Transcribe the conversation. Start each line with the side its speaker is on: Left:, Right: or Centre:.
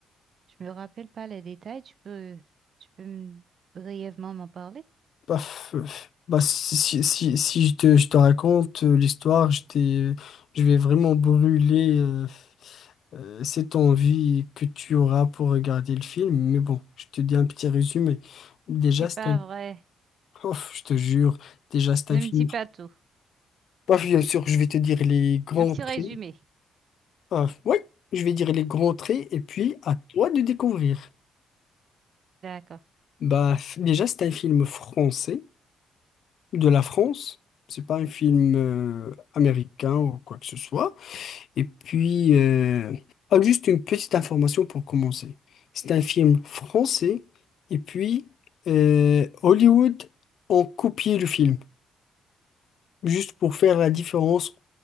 Right: je me rappelle pas les détails. Tu peux, tu peux me- brièvement m'en parler?
Left: Bah, f- f- bah, si, si, si, si je te, je te raconte euh, l'histoire, je t'ai- je vais vraiment brûler euh, euh, cette envie que tu auras pour regarder le film. Mais bon, je te dis un petit résumé. Déjà,
Right: C'est pas
Left: c'est un...
Right: vrai.
Left: Ouf, je te jure, déjà, c'est
Right: Ne
Left: un film.
Right: me dis pas tout.
Left: Bah, bien sûr, je vais te dire les grands
Right: Un petit
Left: traits.
Right: résumé.
Left: Ah, oui, je vais dire les grands traits et puis à toi de découvrir.
Right: D'accord.
Left: Bah, f- déjà, c'est un film français. de la France. C'est pas un film euh, américain ou quoi que ce soit. Et puis, euh, ah, juste une petite information pour commencer. C'est un film français. Et puis, euh, Hollywood ont copié le film, juste pour faire la différence